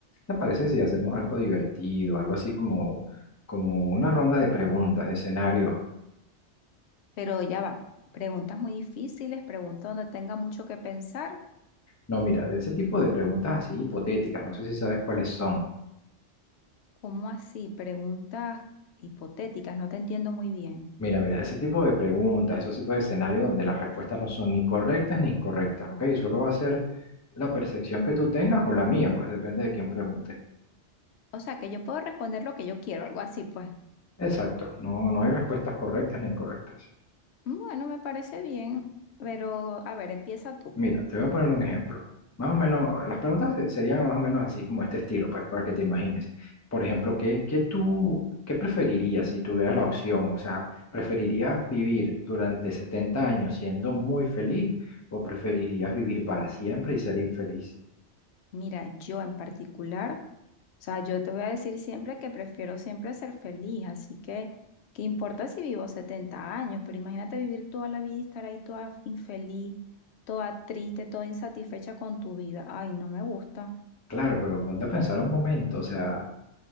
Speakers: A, on the left; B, on the left.
A: ¿Te parece si hacemos algo divertido, algo así como, como una ronda de preguntas, de escenarios?
B: Pero ya va, preguntas muy difíciles, preguntas donde tenga mucho que pensar.
A: No, mira, de ese tipo de preguntas así hipotéticas, no sé si sabes cuáles son.
B: ¿Cómo así? Preguntas hipotéticas, no te entiendo muy bien.
A: Mira, mira, ese tipo de preguntas, esos tipos de escenarios donde las respuestas no son ni correctas ni incorrectas, ¿ok? Solo va a ser la percepción que tú tengas o la mía, pues depende de quién pregunte.
B: O sea, que yo puedo responder lo que yo quiero, algo así, pues.
A: Exacto, no, no hay respuestas correctas ni incorrectas.
B: Bueno, me parece bien, pero a ver, empieza tú.
A: Mira, te voy a poner un ejemplo. Más o menos, las preguntas se- serían más o menos así como este estilo, pues, para que te imagines. Por ejemplo, ¿qué, qué tú, qué preferirías si tuvieras la opción? O sea, ¿preferirías vivir durante 70 años siendo muy feliz o preferirías vivir para siempre y ser infeliz?
B: Mira, yo en particular, o sea, yo te voy a decir siempre que prefiero siempre ser feliz, así que, ¿qué importa si vivo 70 años? Pero imagínate vivir toda la vida y estar ahí toda infeliz, toda triste, toda insatisfecha con tu vida. Ay, no me gusta.
A: Claro, pero ponte a pensar un momento, o sea,